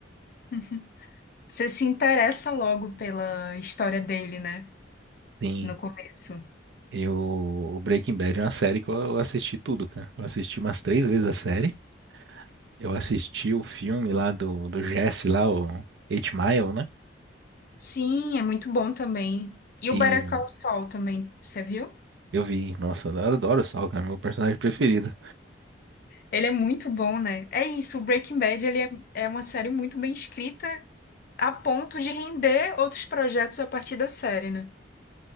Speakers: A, on the left; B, on the right.
A: <laughs> Você se interessa logo pela história dele, né?
B: Sim,
A: No começo.
B: eu, o Breaking Bad é uma série que eu assisti tudo, cara. Eu assisti umas três vezes a série. Eu assisti o filme lá do, do Jesse lá, o Eight Mile, né?
A: Sim, é muito bom também. E
B: E
A: o Better Call Saul também, você viu?
B: eu vi, nossa, eu adoro o Saul, cara, meu personagem preferido.
A: Ele é muito bom, né? É isso, o Breaking Bad ele é, é uma série muito bem escrita a ponto de render outros projetos a partir da série, né?